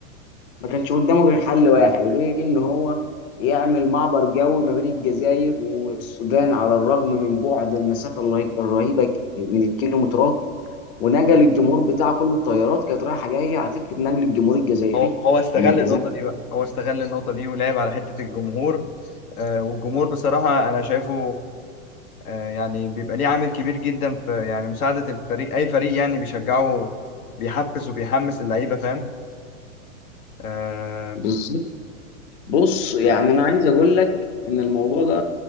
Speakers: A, on the left; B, on the left.
A: ما كانش قدامه غير حل واحد غير ان هو يعمل معبر جوي ما بين الجزائر والسودان على الرغم من بعد المسافه الرهي- الرهيبه ك- من الكيلومترات ونقل الجمهور بتاعه كله الطيارات كانت رايحه جايه على فكره نقل الجمهور الجزائري
B: هو هو استغل
A: من الجزائر
B: النقطة دي بقى هو استغل النقطة دي ولعب على حتة الجمهور آه والجمهور بصراحة أنا شايفه آه يعني بيبقى ليه عامل كبير جدا في يعني مساعدة الفريق أي فريق يعني بيشجعه بيحفز وبيحمس اللعيبة فاهم آه
A: بالظبط بص يعني انا عايز اقول لك ان الموضوع ده